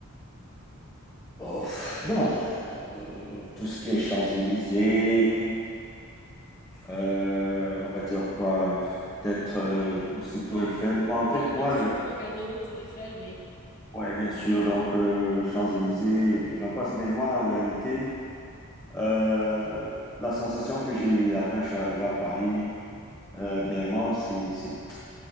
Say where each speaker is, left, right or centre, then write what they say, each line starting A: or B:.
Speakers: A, on the left; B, on the left.
A: Oh, pff, bon, euh, tout ce qui est Champs-Élysées, euh, on va dire quoi, peut-être euh, aussi Tour Eiffel. Bon,
B: Oui,
A: en fait,
B: bien
A: moi,
B: sûr,
A: le,
B: Trocadéro, Tour Eiffel, oui.
A: ouais, bien sûr, donc euh, Champs-Élysées, et puis j'en passe. Mais moi, en réalité, euh, la sensation que j'ai eue là quand je suis arrivé à Paris, euh, dernièrement, c'est c'est,